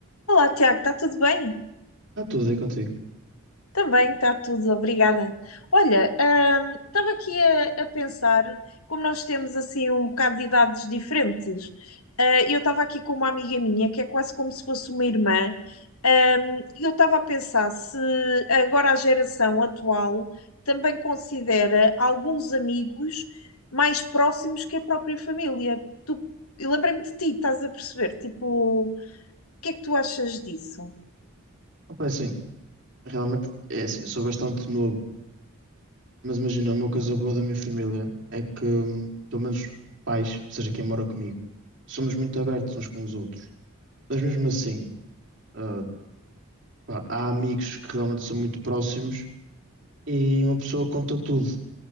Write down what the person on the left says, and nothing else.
Olá, Tiago, está tudo bem?
Também está tudo, obrigada. Olha, hum, estava aqui a, a pensar, como nós temos assim um bocado de idades diferentes, eh, eu estava aqui com uma amiga minha que é quase como se fosse uma irmã, hum, e eu estava a pensar se agora a geração atual também considera alguns amigos mais próximos que a própria família. Tu, eu lembrei-me de ti, estás a perceber? Tipo, o que é que tu achas disso?